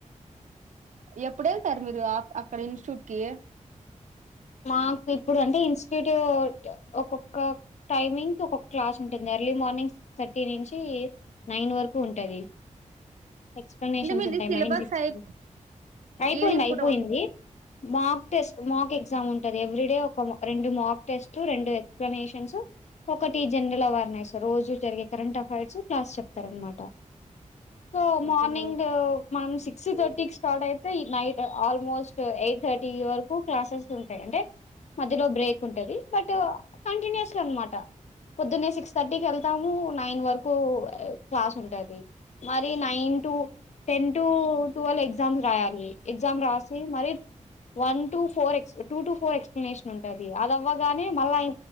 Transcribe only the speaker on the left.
మాకు ఇప్పుడు అంటే ఇ త్రీ టూ ఒక్కొక్క టైమింగ్ ఒక్కొక్క క్లాస్ ఉంటుంది ఎర్లీ మార్నింగ్ సిక్స్ థర్టీ నుంచి నైన్ వరకు ఉంటది ఎక్స్ప్లెనేషన్స్
ఉంటాయి
మైండ్స్ ఎక్స్ప్
అయిపోయింది
అయిపోయింది
మార్క్ టెస్ట్ మార్క్ ఎక్సా ఎగ్జామ్ ఉంటది ఎవ్రీడే ఒక రెండు మార్క్ టెస్ట్ రెండు ఎక్స్ప్లనేషన్స్ ఒకటి జనరల్ అవర్నైస్ రోజు జరిగే కరెంట్ అఫైర్స్ క్లాస్ చెప్తారు అనమాట సో
మార్నింగ్
మనం సిక్స్ థర్టీ కి స్టార్ట్ అయితే నైట్ ఆల్మోస్ట్ ఎయిట్ థర్టీ వరకు క్లాసెస్ ఉ అంటే మధ్యలో బ్రేక్ ఉంటది బట్ కంటిన్యూస్గా అనమాట పొద్దున్నే సిక్స్ థర్టీకి వెళ్తాము నైన్ వరకు క్లాస్ ఉంటంది మరి nine to ten to twelve exams రాయాలి ఎగ్జామ్ రాసి మరి వన్ టు ఫోర్ ఎస్ప్ టూ టు ఫోర్ ఎక్స్ప్లనేషన్ ఉంటంది అదివ్వగానే మళ్ళీ